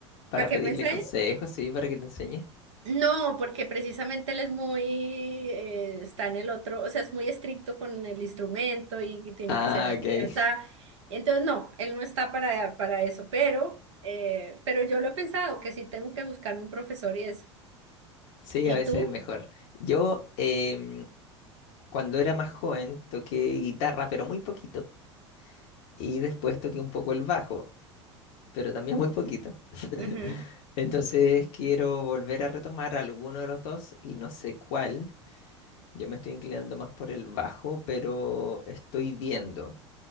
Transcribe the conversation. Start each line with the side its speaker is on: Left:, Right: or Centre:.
Left: para
Right: ¿Para qué
Left: pedirle
Right: él me enseña?
Left: consejos, sí, para que te enseñe.
Right: No, porque precisamente él es muy, eh, está en el otro, o sea, es muy estricto con el instrumento y que tiene
Left: Ah,
Right: que ser así,
Left: ok.
Right: o sea, entonces no, él no está para, para eso, pero, eh, pero yo lo he pensado, que sí tengo que buscarme un profesor y eso.
Left: Sí,
Right: ¿Y
Left: a veces
Right: tú?
Left: es mejor. Yo, em, cuando era más joven, toqué guitarra, pero muy poquito. Y después toqué un poco el bajo, pero también muy poquito. <laughs>
Right: Ujú.
Left: Entonces quiero volver a retomar alguno de los dos y no sé cuál. Yo me estoy inclinando más por el bajo, pero estoy viendo.